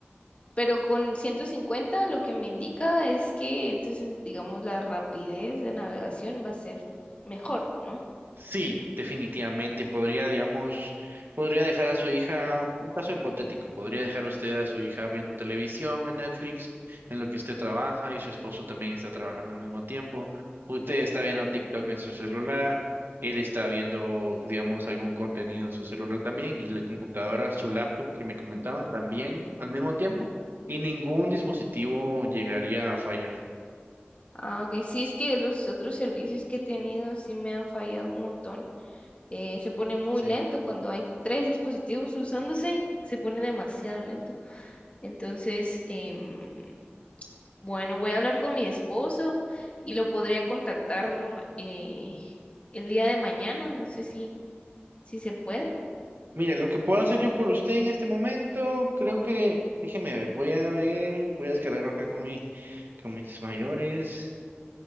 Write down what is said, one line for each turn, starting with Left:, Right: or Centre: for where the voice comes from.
Left: Pero con 150 lo que me indica es que entonces, digamos, la rapidez de navegación va a ser mejor, ¿no?
Right: Sí, definitivamente podría, digamos, podría dejar a su hija, un caso hipotético, podría dejar usted a su hija viendo televisión en Netflix, en lo que usted trabaja y su esposo también está trabajando al mismo tiempo. Usted está viendo TikTok en su celular, él está viendo, digamos, algún contenido en su celular también y la computadora, su laptop que me comentaba también al mismo tiempo y ningún dispositivo llegaría a fallar.
Left: Ah, ok. Sí, es que los otros servicios que he tenido sí me han fallado un montón. Eh, se pone muy
Right: Sí.
Left: lento cuando hay tres dispositivos usándose, se pone demasiado lento. Entonces, em, bueno, voy a hablar con mi esposo y lo podría contactar eh, el día de mañana, no sé si, si se puede.
Right: Mire, lo que puedo hacer yo por usted en este momento, creo que, déjeme ver, voy a ver, voy a descargarlo acá con mi, con mis mayores.